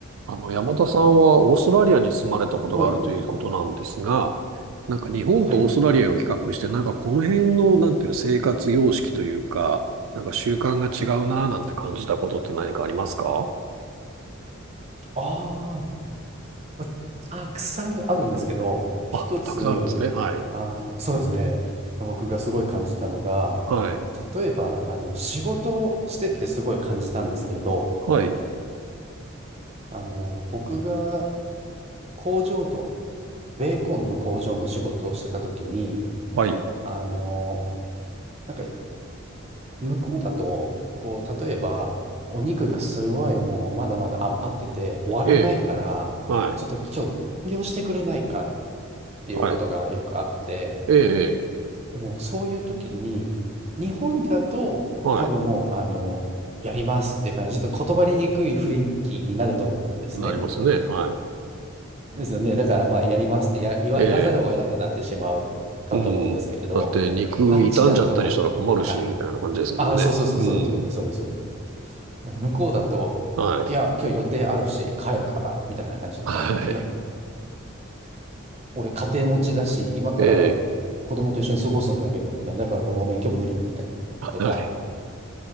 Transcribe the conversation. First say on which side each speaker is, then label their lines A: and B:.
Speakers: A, on the right; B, on the right.
A: あの、山田さんはオーストラリアに住まれたことがあるということなんですが、
B: はい。
A: なんか日本とオーストラリアを比較して、
B: はい。
A: なんかこの辺の、なんていう生活様式というか、なんか習慣が違うなぁなんて感じたことって何かありますか
B: ああ、またくさんあるんですけど、一つ、
A: あ、たくさんあるんですね。はい。
B: あ、そうですね。僕がすごい感じたのが、
A: はい。
B: 例えば、あの、仕事をしててすごい感じたんですけれど、
A: はい。
B: あの、僕が工場の、ベーコンの工場の仕事をしてた時に、
A: はい。
B: あの、なんか、向こうだと、こう、例えば、お肉がすごいもうまだまだ余ってて終わらないから、
A: ええ。はい。
B: ちょっと今日残業してくれないかっっていうことがよくあって、
A: はい。ええ。ええ
B: でもそういう時に、日本だと多分もう、
A: はい。
B: あの、やりますっていう感じ、ちょっと言葉ににくい雰囲気になると思うんですね。
A: なりますね。はい。
B: ですよね。だからまあ、やりますってや、言わ、
A: ええ。
B: 言わざるを得なくなってしまうかと思うんですけれど、
A: うん。だって肉傷んじゃったりしたら困るし、
B: あっちだと、はい。
A: みたいな感じですもんね。
B: あ、そうそうそうそう、
A: うん。
B: そうです。向こうだと、
A: はい。
B: いや、今日予定あるし、帰るから、みたいな感じとか、
A: はい。
B: いや、俺家庭持ちだし、今から
A: ええ。
B: 子供と一緒に過ごすんだけど、みたいな。だからごめん、今日無理、みたいな。
A: はい。
B: とか、